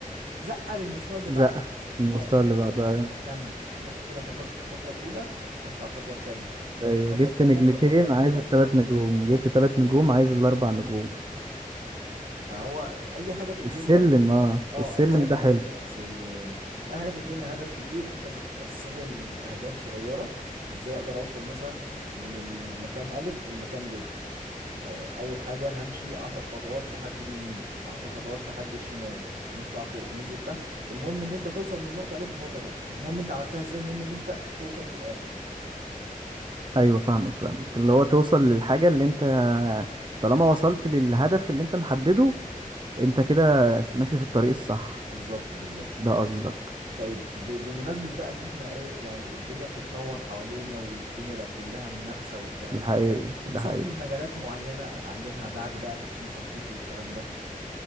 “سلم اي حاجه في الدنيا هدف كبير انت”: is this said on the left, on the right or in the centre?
Right